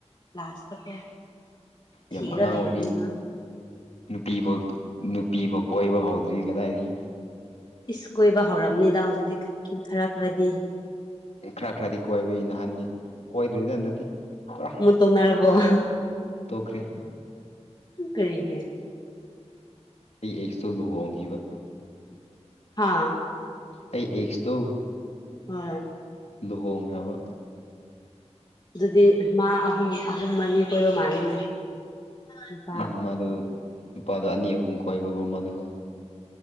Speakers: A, on the left; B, on the left.
A: ꯂꯥꯁꯇꯀꯣ ꯊꯤꯔ
B: ꯌꯥꯝ ꯑꯉꯥꯡ
A: ꯂꯩꯔꯕꯅꯤꯅ
B: ꯑꯣꯏꯔꯤ ꯅꯨꯄꯤꯕꯥꯎ ꯅꯨꯄꯤꯕꯥꯎ ꯀꯣꯏꯕ ꯍꯧꯗ꯭ꯔꯤ ꯀꯗꯥꯏꯗꯒꯤ
A: ꯏꯁ ꯀꯣꯏꯕ ꯍꯧꯔꯝꯅꯤꯗ ꯍꯧꯖꯤꯛꯇꯤ ꯀꯤ ꯈꯔ ꯈꯔꯗꯤ
B: ꯈꯔ ꯈꯔꯗꯤ ꯀꯣꯏꯕꯩ ꯅꯍꯥꯟꯗꯤ ꯀꯣꯏꯗ꯭ꯔꯤꯗ ꯍꯟꯗꯛꯇꯤ ꯄꯨꯔꯥ
A: ꯇꯣꯛꯅꯔꯕꯣ?
B: ꯇꯣꯛꯈ꯭ꯔꯦ
A: ꯀꯔꯤꯒꯤ
B: ꯑꯩ ꯑꯦꯛꯁꯇ‌ꯣ ꯂꯨꯍꯣꯡꯈꯤꯕꯥ
A: ꯍꯥꯥ
B: ꯑꯩ ꯑꯦꯛꯁꯇꯣ
A: ꯍꯣꯏ
B: ꯂꯨꯍꯣꯡꯈ꯭ꯔꯕ
A: ꯑꯗꯨꯗꯤ ꯃꯥ ꯑꯍꯨꯝ ꯑꯍꯨꯝ ꯃꯔꯤ ꯀꯣꯏꯕ ꯃꯥꯜꯂꯦꯅꯦ ꯅꯨꯄꯥ
B: ꯎꯝ ꯃꯥꯗꯣ ꯅꯨꯄꯥꯗꯣ ꯑꯅꯤ ꯑꯍꯨꯝ ꯀꯣꯏꯕꯒꯨꯝ ꯃ ꯑꯗꯨꯒ